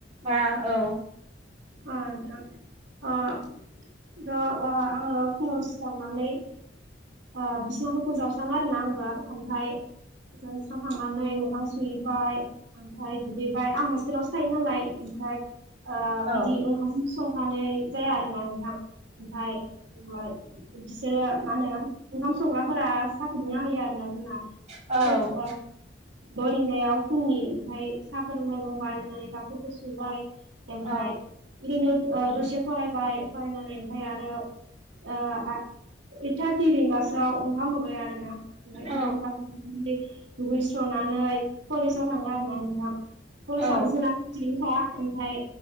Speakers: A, on the right; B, on the right.
A: बा औ
B: अ नोंथां ओ ओ अ आङो फुङाव सिखारनानै ओ बिसनाखौ फोजाबस्राङो आरोना आंबो ओमफाय जाबस्रांखांनानै मोखां सुहैबाय ओमफाय दुगैबाय आं हसतेलावसो थायो नालाय ओमफाय ओ
A: औ
B: बिदि ओंखाम संफानाय जाया आरो। आं नोंथां ओमफाय ओमफाय बिसोरो मा होनो ओंखाम संग्राफोरा साहा फुदुंना होैया आरोना जोंना।
A: औ
B: सय द रिंगायाव फुंनि ओमफाय साहा फोरबोलोंबाय । नानै कापफोरखौ सुबाय ओमफाय
A: औ
B: ओरैनो ओ दसे फरायबाय फरायनानै ओमफाय आरो ओ ओइत थारथि रिंगासोआव ओंखाम होबाय आ रोना ओंखाम
A: औ
B: जाखां दुगैस्रनानै कलेजाव थांला माना कलेजाबो
A: औ
B: जोंना खाथियानोखा ओमफाय